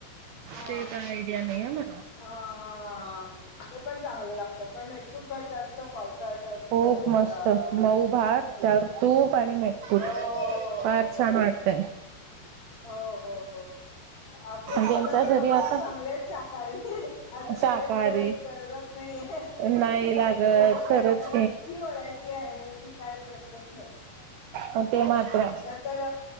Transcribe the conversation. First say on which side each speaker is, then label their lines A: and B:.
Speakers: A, on the left; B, on the right.
A: हा
B: ते काय आयडिया नाही म
A: हा, हा, ते पण चांगलं लागतं, पण मेतकूट भात जास्त पावसाळच्या दिवसात
B: खूप
A: आपल्या
B: मस्त मऊ भात
A: हम्म
B: त्यावर तूप आणी मेतकुट,,
A: हो हो
B: फार
A: हो
B: छान लागतयऽ
A: हो, हो, हो, आपले स्वतःथ
B: ज्यांच्या
A: भरपूर
B: घरी आता
A: चांगलेच शाकाहारीऽ अजून
B: शाकाहारी
A: वेगळ्या पदार्थाची गरजच नाहीये,
B: नाही लागत
A: वेगळं काय
B: खरंच
A: करायची की व्हरायटी आहे ती, काय प्रश्नच नाही.
B: हम्, ते मात्र ऽऽ
A: नंतर